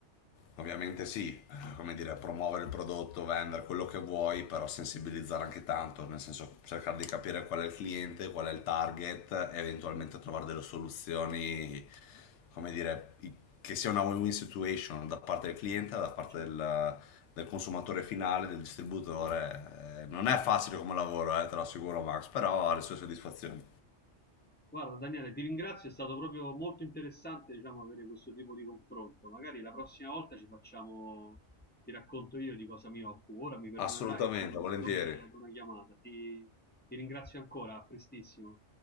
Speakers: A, on the left; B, on the left.
A: ovviamente sì, eh, come dire, promuovere il prodotto, vendere quello che vuoi, però sensibilizzare anche tanto, nel senso cercare di capire qual è il cliente, qual è il target e eventualmente trovare delle soluzioni, come dire, i- che sia una win-win situation da parte del cliente, da parte
B: certo.
A: del, del consumatore finale, del distributore. Eh, Non è facile come lavoro, eh, te lo assicuro Max, però ha le sue soddisfazioni.
B: Guarda Daniele, ti ringrazio, è stato proprio molto interessante, diciamo, avere questo tipo di confronto. Magari la prossima volta ci facciamo, ti racconto io di cosa mi occupo. Ora mi perdonerai,
A: Assolutamente,
B: devo rispondere
A: volentieri.
B: ad una chiamata. Ti, ti ringrazio ancora, a prestissimo.